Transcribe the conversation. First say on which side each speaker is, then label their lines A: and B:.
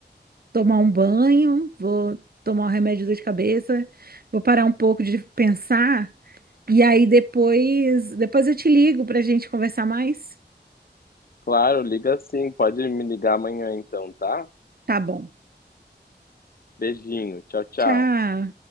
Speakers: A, on the right (about 55°); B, on the left (about 55°).
A: tomar um banho, vou tomar um remédio de dor de cabeça, vou parar um pouco de pensar e aí depois, depois eu te ligo para a gente conversar mais.
B: Claro, liga sim, pode me ligar amanhã então, tá?
A: Tá bom.
B: Beijinho, tchau, tchau.
A: Tchau.